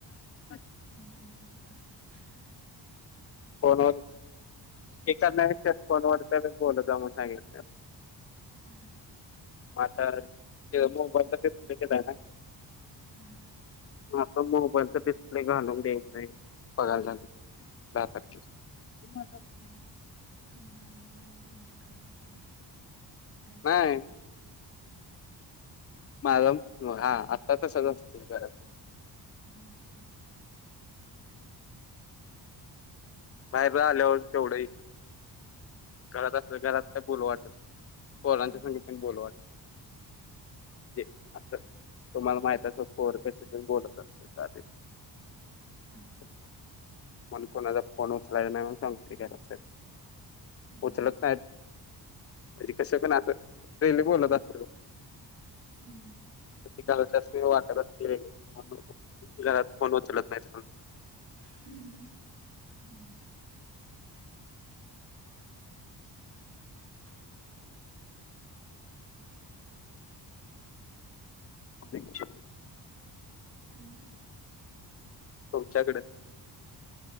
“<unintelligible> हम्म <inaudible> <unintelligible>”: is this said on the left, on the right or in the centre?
Right